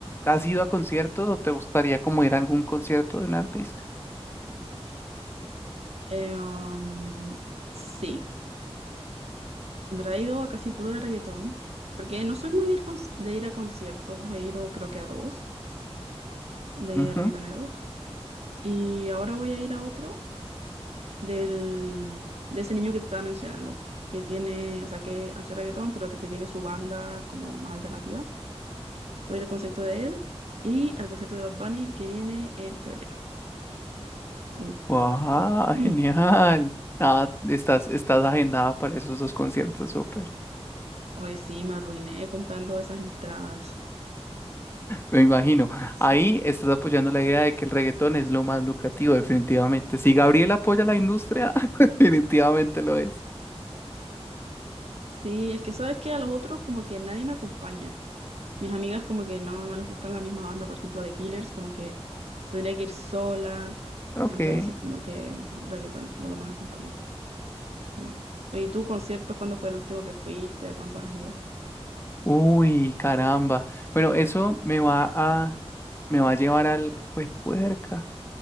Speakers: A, on the left; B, on the right.
A: ¿has ido a conciertos o te gustaría como ir a algún concierto de un artista?
B: Eh, um, sí, en verdad he ido a casi puro de reggaetón, porque no soy muy de ir, con- de ir a conciertos, he ido creo que a dos de
A: Ujú.
B: reggaetoneros. Y ahora voy a ir a otro del, de ese niño que te estaba mencionando, que tiene, o sea, que hace reggaetón, pero que tiene su banda como más alternativa. Voy a ir al concierto de él y al concierto de Bad Bunny que viene en febrero. Uy,
A: ¡Guau!
B: <clears throat>
A: <laughs> genial. Ah, estás, estás agendada para esos dos conciertos, súper.
B: hoy sí, me arruiné comprando esas entradas.
A: Me imagino.
B: Sí.
A: Ahí estás apoyando la idea de que el reggaetón es lo más lucrativo, definitivamente. Si Gabriel apoya la industria, <laughs> definitivamente lo es.
B: Sí, es que sabes que a los otros como que nadie me acompaña. Mis amigas como que no, no les gustan la misma banda, por ejemplo, de Killers, como que tendría que ir sola.
A: Ok.
B: Entonces como que reggaetón es como lo más acompañado. Sí. Oye, ¿y tú conciertos cuándo fue el último que fuiste? ¿Cuántos has ido?
A: Uy, caramba. Bueno, eso me va a, me va a llevar al, pues, puerca.